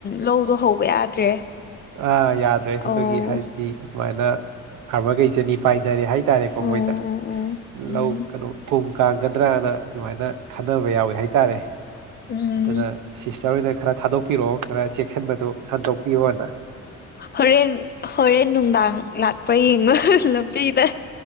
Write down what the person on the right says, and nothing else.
ꯑꯥ ꯌꯥꯗ꯭ꯔꯦ
ꯑꯗꯨꯒꯤ ꯍꯥꯏꯗꯤ ꯁꯨꯃꯥꯏꯅ ꯐꯥꯔꯃꯔꯒꯩꯁꯦ ꯃꯤ ꯄꯥꯏꯅꯔꯦ ꯍꯥꯏ ꯇꯥꯏꯔꯦꯀꯣ
ꯃꯣꯏꯗ
ꯂꯧ ꯀꯅꯣ ꯐꯨꯡ ꯀꯥꯡꯒꯗ꯭ꯔꯅ ꯑꯗꯨꯃꯥꯏꯅ ꯈꯟꯅꯕ ꯌꯥꯎꯋꯦ ꯍꯥꯏꯇꯥꯔꯦ
ꯑꯗꯨꯅ ꯁꯤꯁꯇꯔ ꯑꯣꯏꯅ ꯈꯔ ꯊꯥꯗꯣꯛꯄꯤꯔꯣ ꯈꯔ ꯆꯦꯛꯁꯟꯕꯗꯨ ꯍꯟꯗꯣꯛꯄꯤꯌꯣꯅ